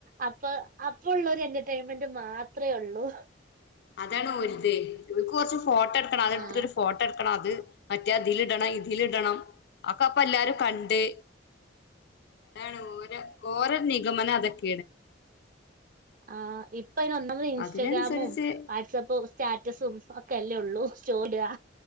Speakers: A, on the right; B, on the left.
A: അപ്പൊ അപ്പള്ളൊര് എ മെന്റ് മാത്രേ ഉള്ളൂ.
B: അതാണ് ഒര്ത്. ഇൻക്ക് കൊർച്ച് ഫോട്ടോ എടുക്കണം, അത് ഇട്ത്തിട്ടൊരു
A: ആ
B: ഫോട്ടട്ക്കണം അത് മറ്റേ അതിലിടണം, ഇതിലിടണം. ഇട അക്കെ അപ്പൊ എല്ലാരും കണ്ട് അതാണ് ഓരെ ഓരെ നിഗമനതൊക്കെ
A: ആഹ് ഇപ്പൊ <unintelligible> ഇൻസ്റ്റഗ്രാമും,
B: അതിനനുസരിച്ച്
A: വാട്സപ്പും സ്റ്റാറ്റസും ഒക്കെ അല്ലേ ഉള്ളൂ സ്റ്റോറിടാ